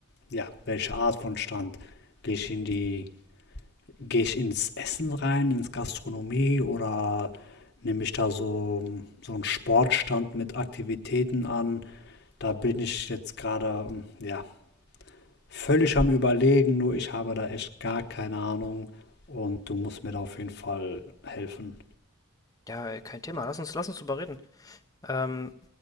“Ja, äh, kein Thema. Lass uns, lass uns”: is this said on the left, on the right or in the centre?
Left